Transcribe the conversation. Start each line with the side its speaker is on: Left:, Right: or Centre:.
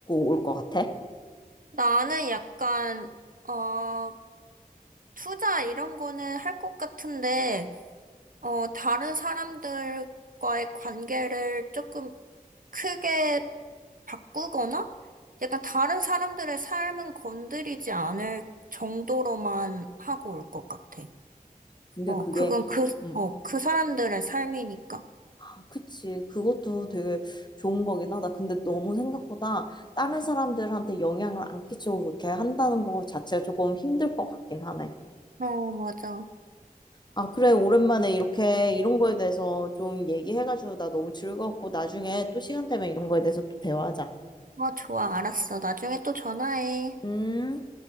Left: 올 것 같아.
Right: 나는 약간, 어, 투자 이런 거는 할 것 같은데, 어, 다른 사람들과의 관계를 조금 크게 바꾸거나, 약간 다른 사람들의 삶은 건드리지 않을 정도로만 하고 올 것 같아.
Left: 근데
Right: 어,
Left: 그게
Right: 그건 그,
Left: 음,
Right: 어, 그 사람들의 삶이니까.
Left: 아, 그치. 그것도 되게 좋은 거긴 하다. 근데 너무 생각보다 다른 사람들한테 영향을 안 끼치고 그렇게 한다는 거 자체가 조금 힘들 것 같긴 하네.
Right: 어, 맞아.
Left: 아, 그래. 오랜만에 이렇게 이런 거에 대해서 좀 얘기해가지고 나 너무 즐거웠고 나중에 또 시간 되면 이런 거에 대해서 또 대화하자.
Right: 어, 좋아, 알았어. 나중에 또 전화해.
Left: 음.